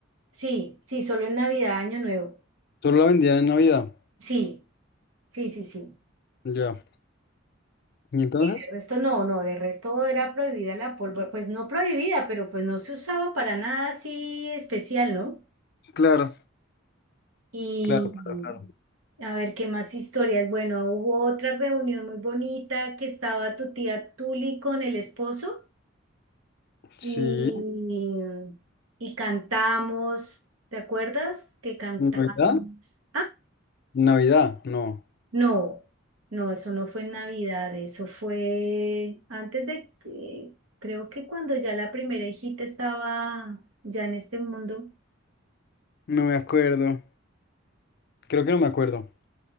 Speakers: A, on the right; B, on the left.
A: Sí, sí, solo en Navidad, Año Nuevo.
B: Solo la vendían en Navidad.
A: Sí, sí, sí, sí.
B: Ya. ¿Y entonces?
A: De resto no, no, de resto era prohibida la pólvora, pues no prohibida, pero pues no se usaba para nada así especial, ¿no?
B: Claro,
A: Y
B: claro, claro, claro.
A: a ver qué más historias. Bueno, hubo otra reunión muy bonita que estaba tu tía Tuli con el esposo
B: Sí.
A: y, y cantamos, ¿te acuerdas? Que cantamos.
B: ¿En ¿Navidad? Navidad, no.
A: No, no, eso no fue en Navidad, eso fue antes de que, creo que cuando ya la primera hijita estaba ya en este mundo.
B: No me acuerdo. Creo que no me acuerdo.